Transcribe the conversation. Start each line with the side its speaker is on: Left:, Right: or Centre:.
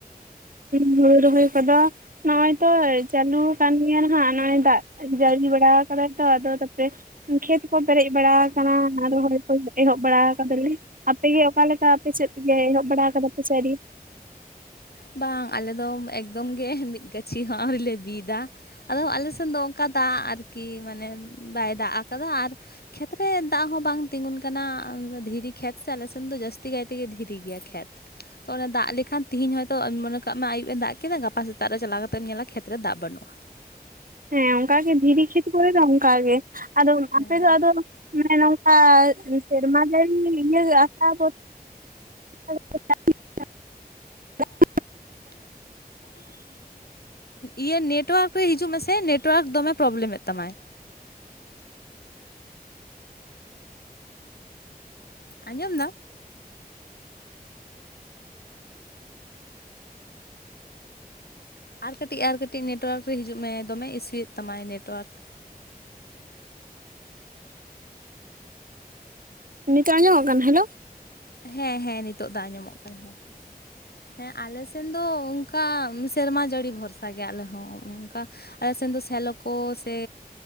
Right: ᱦᱩᱲᱩ ᱨᱚᱦᱚᱭ ᱠᱚ ᱫᱚ ᱱᱚᱜᱼᱚᱭ ᱛᱚ ᱪᱟᱹᱞᱩ ᱟᱠᱟᱱ ᱜᱮᱭᱟ ᱱᱟᱦᱟᱜ ᱱᱚᱜᱚᱭ ᱫᱟᱜ ᱡᱟᱹᱲᱤ ᱵᱟᱲᱟ ᱟᱠᱟᱫᱟᱭ ᱛᱚ ᱟᱫᱚ ᱛᱯᱮ ᱠᱷᱮᱛ ᱠᱚ ᱯᱮᱨᱮᱡ ᱵᱟᱲᱟ ᱟᱠᱟᱱᱟ ᱟᱨ ᱨᱚᱦᱚᱭ ᱠᱚ ᱮᱦᱚᱵ ᱵᱟᱲᱟ ᱠᱟᱫᱟᱞᱮ᱾ ᱟᱯᱮ ᱜᱮ ᱚᱠᱟᱞᱮᱠᱟ ᱟᱯᱮ ᱥᱮᱫᱜᱮ ᱮᱦᱚᱵ ᱵᱟᱲᱟ ᱟᱠᱟᱫᱟ ᱯᱮ ᱥᱮ ᱟ. ᱣᱨᱤᱭᱟ?
Left: ᱵᱟᱝ ᱟᱞᱮ ᱫᱚ ᱮᱠᱫᱚᱢ ᱜᱮ ᱢᱤᱫ ᱜᱟᱹᱪᱷᱤ ᱦᱚᱸ ᱟᱹᱣᱨᱤ ᱞᱮ ᱵᱤᱫᱟ᱾ ᱟᱫᱚ ᱟᱞᱮ ᱥᱮᱱ ᱫᱚ ᱚᱱᱠᱟ ᱫᱟᱜ ᱟᱨᱠᱤ ᱢᱟᱱᱮ ᱵᱟᱭ ᱫᱟᱜ ᱟᱠᱟᱫᱟ ᱟᱨ ᱠᱷᱮᱛ ᱨᱮ ᱫᱟᱜ ᱦᱚᱸ ᱵᱟᱝ ᱛᱤᱸᱜᱩᱱ ᱠᱟᱱᱟ᱾ ᱫᱷᱤᱨᱤ ᱠᱷᱮᱛ ᱥᱮ ᱟᱞᱮ ᱥᱮᱱ ᱫᱚ ᱡᱟᱹᱥᱛᱤ ᱠᱟᱛᱮᱜᱮ ᱫᱷᱤᱨᱤ ᱜᱮᱭᱟ ᱠᱷᱮᱛ᱾ ᱯᱚᱨᱮ ᱫᱟᱜ ᱞᱮᱠᱷᱟᱱ ᱛᱤᱦᱤᱧ ᱦᱚᱭ ᱛᱚ ᱢᱚᱱᱮ ᱠᱟᱜ ᱢᱮ ᱟᱭᱩᱵ ᱮ ᱫᱟᱜ ᱠᱮᱫᱟ ᱜᱟᱯᱟ ᱥᱮᱛᱟᱜ ᱨᱮ ᱪᱟᱞᱟᱣ ᱠᱟᱛᱮᱢ ᱧᱮᱞᱟ ᱠᱷᱮᱛᱨᱮ ᱫᱟᱜ ᱵᱟᱹᱱᱩᱜᱼᱟ᱾
Right: ᱦᱮᱸ ᱚᱱᱠᱟᱜᱮ ᱫᱷᱤᱨᱤ ᱠᱷᱮᱛ ᱠᱚᱨᱮ ᱫᱚ ᱚᱱᱠᱟᱜ ᱜᱮ ᱟᱫᱚ
Left: ᱦᱮᱸ
Right: ᱟᱯᱮ ᱫᱚ ᱟᱫᱚ ᱢᱟᱱᱮ ᱱᱚᱝᱠᱟ ᱥᱮᱨᱢᱟ ᱡᱟᱹᱲᱤ ᱤᱭᱟᱹ ᱟᱥᱟ ᱫᱚ <unintelligible>
Left: <inaudible> ᱤᱭᱟᱹ ᱱᱮᱴᱣᱟ. ᱨᱠ ᱨᱮ ᱦᱤᱡᱩᱜ ᱢᱮᱥᱮ ᱱᱮᱴᱣᱟ. ᱨᱠ ᱫᱚᱢᱮ ᱯᱨᱚᱵᱮᱞᱟ. ᱢ ᱮᱫ ᱛᱟᱢᱟᱭ᱾ ᱟᱸᱡᱚᱢ ᱫᱟᱢ? ᱟᱨ ᱠᱟᱹᱴᱤᱡ ᱟᱨ ᱠᱟᱹᱴᱤᱡ ᱱᱮᱴᱣᱟ. ᱨᱠ ᱨᱮ ᱦᱤᱡᱩᱜ ᱢᱮ ᱫᱚᱢᱮ ᱤᱥᱩᱭᱮᱫ ᱛᱟᱢᱟᱭ ᱱᱮᱴᱣᱟ. ᱨᱠ᱾
Right: ᱱᱤᱛᱚᱜ ᱟᱸᱡᱚᱢᱚᱜ ᱠᱟᱱᱟ? ᱦᱮᱞᱚ᱾
Left: ᱦᱮᱸ ᱦᱮᱸ ᱱᱤᱛᱚᱜ ᱫᱟ ᱟᱸᱡᱚᱢᱚᱜ ᱠᱟᱱᱟ ᱦᱮᱸ᱾ ᱦᱮᱸ ᱟᱞ ᱥᱮᱱ ᱫᱚ ᱚᱱᱠᱟ ᱥᱮᱨᱢᱟ ᱡᱟᱹᱲᱤ ᱵᱷᱚᱨᱥᱟ ᱜᱮ ᱟᱞᱮ ᱦᱚᱸ ᱚᱱᱠᱟ᱾ ᱟᱞᱮ ᱥᱮᱱ ᱫᱚ ᱥᱮᱞᱚ ᱠᱚ ᱥᱮ